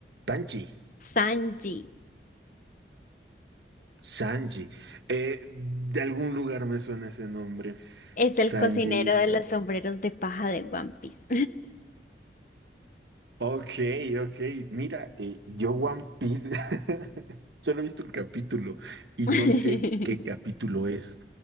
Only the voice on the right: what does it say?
Panchi,
Sanji. Eh, de algún lugar me suena ese nombre.
Sanji.
Ok, ok. Mira, eh, yo One Piece <laughs> solo he visto un capítulo y
no sé qué capítulo es